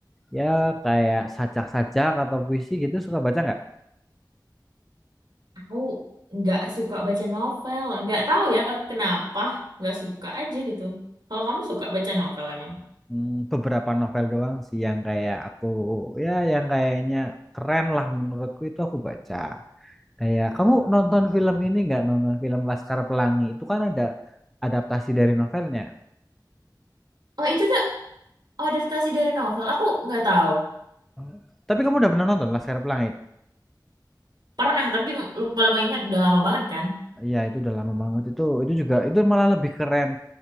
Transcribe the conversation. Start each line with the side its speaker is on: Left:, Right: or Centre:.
Centre: ya kayak sajak-sajak atau puisi gitu suka baca nggak?
Right: aku nggak suka baca novel. Nggak tahu ya kenapa. Nggak suka aja gitu. Kalau kamu suka baca novel emang?
Centre: Hmm, beberapa novel doang sih yang kayak aku ya yang kayaknya keren lah menurutku itu aku baca. Kayak kamu nonton film ini nggak? Nonton film Laskar Pelangi itu kan ada adaptasi dari novelnya.
Right: Oh itu tuh adaptasi dari novel. Aku nggak tahu.
Centre: Oh. Tapi kamu udah pernah nonton Laskar Pelangi?
Right: Pernah tapi lupa-lupa ingat. Udah lama banget kan?
Centre: Iya, itu udah lama banget. Itu itu juga itu malah lebih keren,